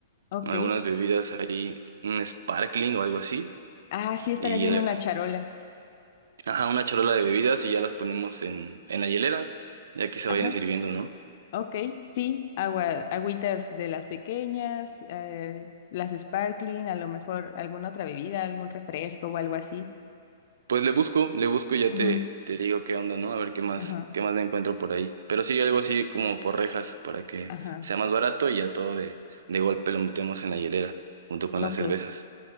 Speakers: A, on the left; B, on the right.
A: ok.
B: algunas bebidas ahí, un sparkling o algo así,
A: Ah, sí, estaría
B: y
A: bien
B: eh,
A: una charola.
B: ajá, una charola de bebidas y ya las ponemos en, en la hielera, ya que se
A: Ajá.
B: vayan sirviendo, ¿no?
A: Ok, sí, agua, agüitas de las pequeñas, eh, las sparkling, a lo mejor alguna otra bebida, algún refresco o algo así.
B: Pues le busco, le busco y ya
A: Ujú,
B: te, te digo qué onda, ¿no? A ver qué más,
A: Ajá,
B: qué más me encuentro por ahí. Pero sí, algo así como por rejas, para que
A: ajá,
B: sea más barato y ya todo de, de golpe lo metemos en la hielera, junto con
A: ok,
B: las cervezas,